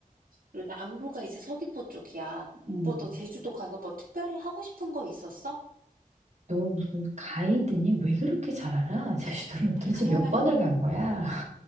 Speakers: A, on the right; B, on the right.
A: 그리고 남부가 이제 서귀포 쪽이야.
B: 음.
A: 뭐 너 제주도 가서 뭐 특별히 하고 싶은 거 있었어?
B: 너 무슨 가이드니? 왜 그렇게 잘 알아? 제주도를 도대체
A: <laughs> 아,
B: 몇 번을 간 거야?